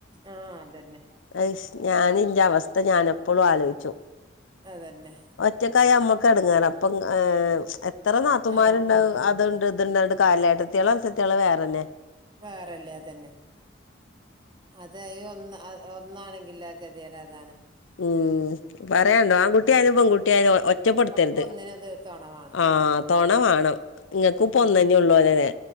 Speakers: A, on the right; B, on the left.
A: ആഹ് അതെന്നെ.
B: അയ്ഷ്, ഞാന് ഇന്റെ അവസ്ഥ ഞാന് എപ്പളും ആലോയ്ച്ചും.
A: അതന്നെ.
B: ഒറ്റക്കായ ഞമ്മക്ക് എടങ്ങേറ അപ്പം ഏ... എത്ര നാത്തുമാരുണ്ട്
A: ആ ആ
B: അത്ണ്ട് ഇത്ണ്ട്ന്ന് പറഞ്ഞിട്ട് കാര്യല്ല ഏട്ടത്തിയാള് അൻസത്തിയാള് വേറെന്നെ.
A: വേറെല്ലേ അതന്നെ. അത് ഈ ഒന്ന് അ ഒന്നാണെങ്കിൽള്ള കേത്യേട് അതാണ്.
B: ഉം, പറ്യാണ്ടോ ആൺകുട്ടിയായാലും പെൺകുട്ടിയായാലും ഒറ്റപ്പെടുത്തരുത്.
A: ഒക്കെ ഒന്നിനും തീർത്തോണ വാണം
B: ആഹ്, തൊണ മാണം. ഇങ്ങക്കുംപ്പ
A: ഉം
B: ഒന്ന്തന്നെ ഒള്ളോല്ലലെ.